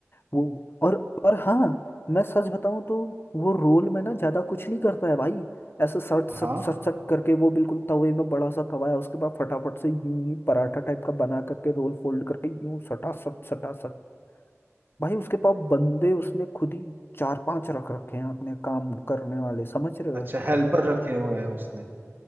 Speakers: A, on the left (about 45°); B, on the right (about 45°).
A: वो और और हाँ मैं सच बताऊं तो वो रोल में ना ज्यादा कुछ नहीं करता है भाई ऐसे सट
B: हाँ
A: सट सट सट करके वो बिल्कुल तवे में बड़ा सा तवा है उसके बाद फटाफट से यूं ही पराठा टाइप का बना करके रोल फोल्ड करके यूं सटा सट सटा सट भाई उसके पास बंदे उसने खुद ही चार पांच रख रखे हैं अपने काम करने वाले समझ रहे
B: अच्छा
A: हो
B: हेल्पर रखे हुए हैं उसने